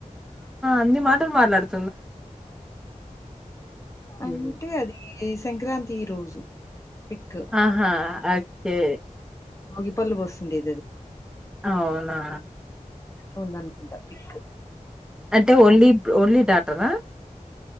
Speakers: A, in the centre; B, on the left (about 20°).
A: ఎంది మాటలు మాట్లాడు త హ్మ్.
B: అంటే అది ఈ సంక్రాంతి రోజు పిక్
A: ఆహా! ఓకే.
B: భోగి పళ్ళు పోస్తుండేది అది
A: అవునా
B: వుంది అనుకుంటా పిక్
A: అంటే ఓన్లీ ఓన్లీ డాటరా